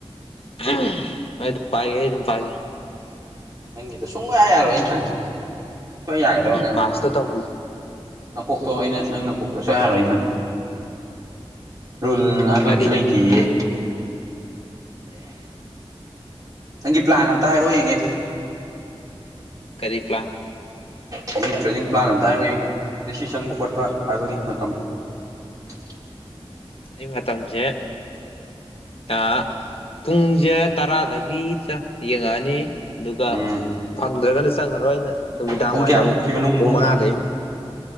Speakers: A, on the left (about 65°); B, on the right (about 35°).
A: ꯑꯩ ꯑꯗꯨꯝ ꯄꯥꯏꯒꯦ ꯑꯩ ꯑꯗꯨꯝ ꯄꯥꯏꯒꯦ
B: ꯅꯪꯒꯤꯗꯨ ꯁꯨꯡꯌꯥ ꯌꯥꯔꯣꯏ ꯑꯩꯅ ꯈꯪꯉꯤ ꯅꯪ ꯁꯨꯡꯌꯥ ꯌꯥꯒꯗꯕ ꯑꯉꯥꯡ
A: ꯄꯥꯁꯇ ꯇꯧꯕꯤ
B: ꯅꯀꯣꯛꯇꯣ ꯑꯩꯅ ꯅꯪ ꯅꯀꯣꯛꯇꯣ ꯁꯨꯡꯌꯥ ꯌꯥꯔꯣꯏ ꯑꯩꯅ ꯈꯪꯉꯤ ꯔꯨꯜ ꯁꯤꯕ
A: ꯀꯔꯤ
B: <unintelligible> ꯑꯃꯁꯁꯨ ꯂꯩꯇꯦꯌꯦ ꯅꯪꯒꯤ ꯄ꯭ꯂꯥꯟ ꯑꯝꯇ ꯍꯥꯏꯔꯛꯑꯣ ꯌꯦꯡꯒꯦ
A: ꯀꯔꯤ ꯄꯂꯥꯟ
B: ꯅꯪꯒꯤ ꯇ꯭ꯔꯦꯗꯤꯡ ꯄ꯭ꯂꯥꯟ ꯑꯝꯇ ꯍꯥꯏꯔꯛꯑꫭ ꯌꯦꯡꯒꯦ ꯑꯗꯩ ꯁꯤ ꯆꯪꯕ ꯈꯣꯠꯄ ꯍꯥꯏꯕꯒꯤ ꯃꯇꯝ <unintelligible>
A: ꯑꯩ ꯃꯇꯝꯁꯦ ꯑꯥ ꯄꯨꯡꯁꯦ ꯇꯔꯥꯗꯒꯤ ꯌꯦꯡꯉꯛꯑꯅꯤ ꯑꯗꯨꯒ
B: ꯎꯝ
A: ꯐꯪꯗ꯭ꯔꯒꯅ ꯆꯪꯉꯔꯣꯏ ꯑꯩꯅ ꯅꯨꯃꯤꯗꯥꯡ
B: ꯄꯨꯡ
A: ꯋꯥꯏꯔꯝ
B: ꯀꯌꯥꯐꯧꯀꯤ ꯃꯅꯨꯡꯕꯧꯅꯣ
A: ꯄꯨꯡ ꯃꯉꯥꯗꯩ